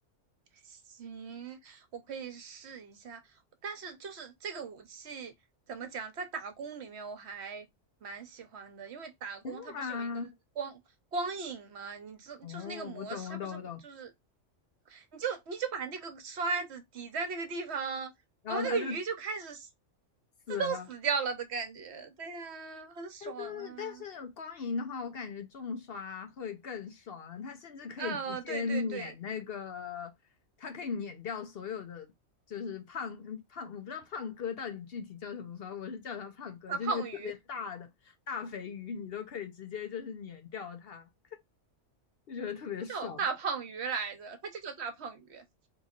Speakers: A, on the right; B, on the left.
A: 行，我可以试一下。但是就是这个武器怎么讲，在打工里面我还蛮喜欢的，因为打工它不是有一个光光影嘛，
B: 是吗？
A: 你知就是那个模式，
B: 哦，我懂，我懂，
A: 它不是会就是
B: 我懂。
A: 你就你就把那个刷子抵在那个地方，
B: 然后他就
A: 然后那个鱼就开始死
B: 死了，
A: 自动死掉了的感觉。对呀、很爽啊！
B: 但是但是光影的话，我感觉重刷会更爽，它甚至可以直接碾那个，
A: 啊，对对对，
B: 它可以碾掉所有的，就是胖胖，我不知道胖哥到底具体叫什么，反正我是叫他胖哥，
A: 大胖鱼，
B: 就那个特别大的大肥鱼，你都可以直接就是碾掉它，就觉得特别爽。
A: 它叫大胖鱼来着，它就叫大胖鱼啊。